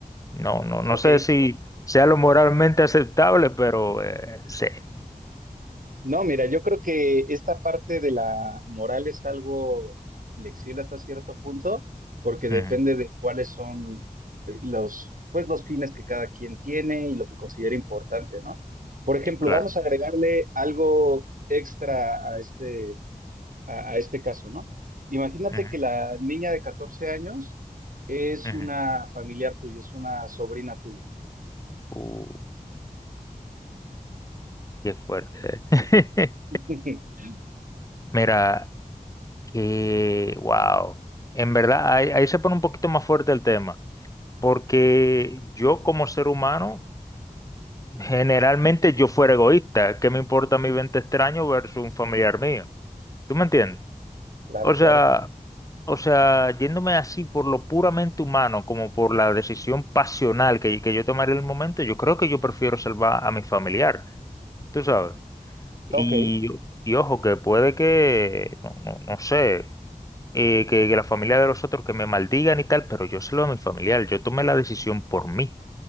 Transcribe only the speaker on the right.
ok.
No, mira, yo creo que esta parte de la moral es algo flexible hasta cierto punto, porque depende
de cuáles son eh, los, pues, los fines que cada quien tiene y lo que considera importante, ¿no? Por ejemplo,
vamos a agregarle algo extra a este, a, a este caso, ¿no? Imagínate
que la niña de 14 años es
una familiar tuya, es una sobrina tuya.
<laughs>
Claro,
claro.
Ok.